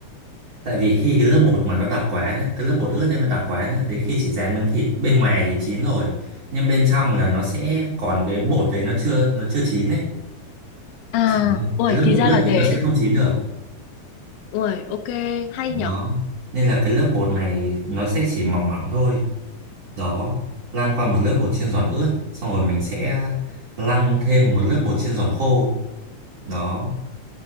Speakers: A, on the right (about 45°); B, on the left (about 80°).
A: tại vì khi cái lớp bột mà nó đặc quá nhá cái lớp bột ướt đấy mà đặc quá nhá đến khi chị rán miếng thịt bên ngoài thì chín rồi nhưng bên trong là nó sẽ còn cái bột đấy nó chưa nó chưa chín đấy
B: À,
A: chỉ
B: ui,
A: cái lớp
B: thì
A: bột
B: ra
A: ướt
B: là
A: đấy
B: thế.
A: nó sẽ không chín được
B: Ui, ok, hay
A: đó
B: nhở.
A: nên là cái lớp bột này nó sẽ chỉ mỏng mỏng thôi đó lăn qua một lớp bột chiên giòn ướt xong rồi mình sẽ lăn thêm một lớp bột chiên giòn khô đó